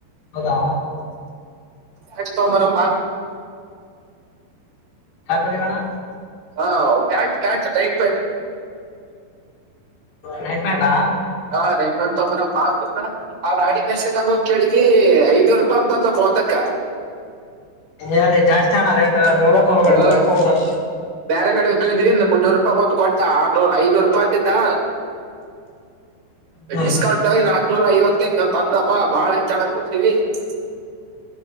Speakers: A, on the left; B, on the right.
A: ಹೌದಾ
B: ನೆಕ್ಸ್ಟ್ ತಗೊಂಡ್ ಬರೋಮ್ ಬಾ.
A: ಯಾಕ್ ಒದಿರಣ್ಣಾ.
B: ಹಾ <unintelligible>
A: ನೈಟ್ ಪ್ಯಾಂಟಾ.
B: ಹಾ ನೈಟ್ ಪ್ಯಾಂಟ್ ತೊಗೊಂಬರುನ್ ಬಾ. <unintelligible> ಐದನೂರು ರೂಪಾಯಿ ಅಂತ್ ಅಂದ ಒಂದಕ್ಕ.
A: ಎಲ್ಲಿ ಜಾಸ್ತಿ ಅಣ್ಣಾ ರೇಟ್. ಹ ರೊಕ್ಕಾ ಕೊಡಬ್ಯಾಡ್ರಿ
B: ಆ,
A: ಬರಾಕ ಹೋಗಬ್ಯಾಡ್ರಿ.
B: ಬ್ಯಾರೆ ಕಡೆ ಹೋಗ್ ಕೇಳಿದ್ವಿ ಮುನ್ನೂರು ರೂಪಾಯಿ ಹೋದು ಕೊಟ್ಟ ಆರನೂರ, ಐದನೂರು ರೂಪಾಯಿ ತಿಂದಾ
A: ಹ್ಮ್
B: ಡಿಸ್ಕೌಂಟ್ ಆಗಿ ನಾಕನೂರ ಐವತಕೆ ತಂದಪಾ ಬಾಳ <unintelligible>